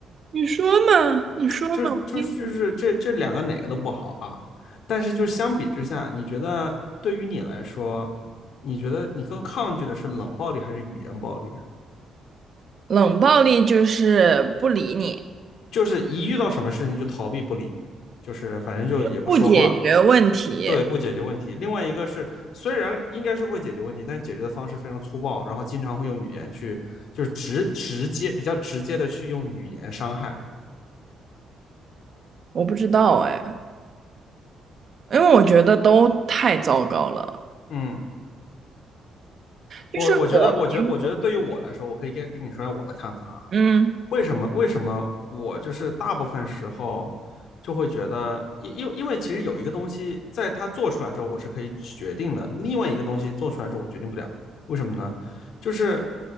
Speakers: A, on the right; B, on the left.
A: 你说嘛，你说嘛，
B: 就是就是就是这这两个哪个都不好啊，
A: 我听听。
B: 但是就相比之下，你觉得对于你来说，你觉得你更抗拒的是冷暴力还是语言暴力啊？
A: 冷暴力就是不理你，
B: 就是一遇到什么事情就逃避不理，就是反正就也不说话，
A: 就是不解决问题。
B: 对，不解决问题。另外一个是，虽然应该是会解决问题，但是解决的方式非常粗暴，然后经常会用语言去，就是直直接比较直接的去用语言伤害。
A: 我不知道哎，因为我觉得都太糟糕了。
B: 嗯，
A: 就是我平，
B: 我我觉得，我觉得我觉得对于我来说，我可以跟跟你说一下我的看法啊，
A: 嗯。
B: 为什么？为什么我就是大部分时候就会觉得，因因为因为其实有一个东西，在它做出来之后，我是可以决定的；另外一个东西做出来之后，我决定不了。为什么呢？就是，